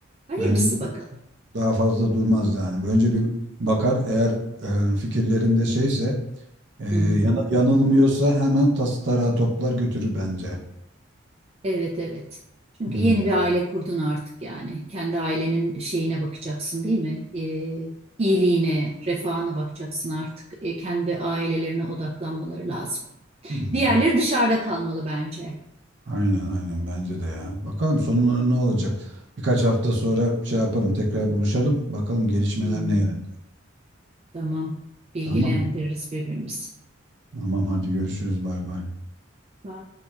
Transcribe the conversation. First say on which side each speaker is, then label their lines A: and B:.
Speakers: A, on the right (about 30°); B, on the right (about 55°).
A: Hayırlısı
B: Bence
A: bakalım.
B: daha fazla durmaz yani. Önce bir bakar eğer e, fikirlerinde şeyse e,
A: Hı
B: yana-
A: hı.
B: yanılmıyorsa hemen tas tarağı toplar götürür bence.
A: Evet evet. Çünkü
B: Hmm,
A: yeni bir aile kurdun artık yani. Kendi ailenin şeyine bakacaksın değil mi? Ee, iyiliğine, refahına bakacaksın artık. Ee, kendi ailelerine odaklanmaları lazım.
B: hmm.
A: Diğerleri dışarıda kalmalı bence.
B: Aynen aynen bence de ya. Bakalım sonları ne olacak? Birkaç hafta sonra şey yapalım tekrar buluşalım. Bakalım gelişmeler
A: Hmm,
B: ne yönde.
A: tamam. Bilgilendiririz
B: Tamam mı?
A: birbirimizi.
B: Tamam hadi görüşürüz bay bay.
A: Bye.